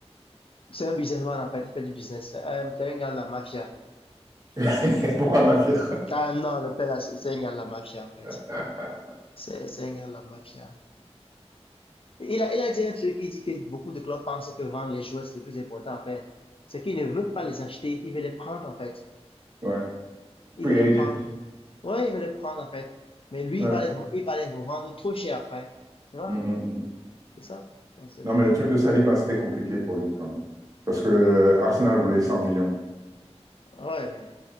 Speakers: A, on the left; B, on the right.
A: c'est un businessman, en fait. Il fait du business. C'est un, c'est un gars de la mafia.
B: <laughs> Pourquoi Mafia?
A: Ah non, le père, là, c'est c'est un gars de la mafia, en fait.
B: <laughs>
A: C'est c'est un gars de la mafia. Il a, il a dit un truc, il dit que beaucoup de clubs pensent que vendre les joueurs, c'est le plus important, en fait. C'est qu'il ne veut pas les acheter, il veut les prendre, en fait.
B: Ouais.
A: Il
B: Free
A: veut les
B: agent.
A: prendre. Ouais, il veut les prendre, en fait. Mais lui,
B: Ouais.
A: il va les, re- il va les revendre trop cher après. Tu vois?
B: Mm, mm, mm. mm.
A: C'est ça? C'est c'est-
B: Non, mais
A: c'est-
B: le truc de Saliba, c'était compliqué pour lui quand même. Parce que euh, Arsenal voulait 100 millions.
A: Ouais, mais